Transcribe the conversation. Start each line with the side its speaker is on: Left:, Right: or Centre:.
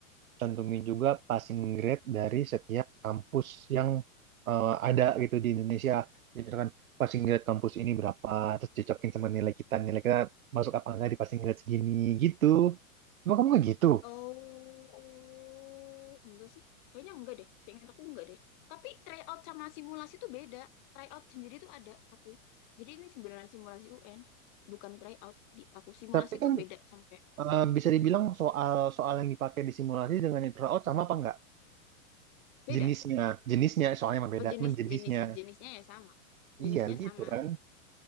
Right: cantumin juga passing grade dari setiap kampus yang eh, ada gitu di Indonesia. Jadi misalkan passing grade kampus ini berapa, terus cocokin sama nilai kita, nilai kita masuk apa enggak di passing grade segini gitu. Emang kamu nggak gitu?
Left: Oh, enggak sih. Kayaknya enggak deh. Seingat aku enggak deh. Tapi tryout sama simulasi itu beda. Tryout sendiri tuh ada aku. Jadi ini sebenarnya simulasi UN, bukan tryout di aku. Simulasi
Right: Tapi kan
Left: tuh beda sama tryout.
Right: eh, bisa dibilang soal soal yang dipakai di simulasi dengan yang turnout sama apa enggak?
Left: Beda.
Right: Jenisnya, jenisnya soalnya emang beda,
Left: Oh, jenis
Right: cuman jenisnya.
Left: jenis jenisnya ya sama. Jenisnya
Right: Iya gitu
Left: sama.
Right: kan.